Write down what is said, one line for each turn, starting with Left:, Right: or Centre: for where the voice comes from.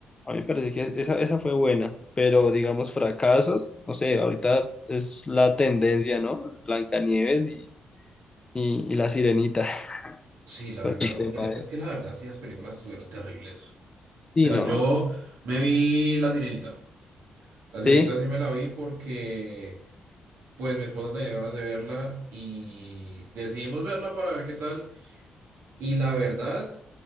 Left: A mí me parece que esa, esa fue buena, pero digamos fracasos, no sé, ahorita es la tendencia, ¿no? Blancanieves y, y, y la Sirenita
Right: Sí,
Left: <laughs>
Right: la
Left: con
Right: verdad,
Left: el
Right: las
Left: tema
Right: películas,
Left: de...
Right: es que la verdad, sí, las películas estuvieron terribles. O
Left: Sí,
Right: sea,
Left: no,
Right: yo me vi La Sirenita. La Sirenita
Left: sí,
Right: sí me la vi porque pues mi esposa tenía ganas de verla y decidimos verla para ver qué tal. Y la verdad,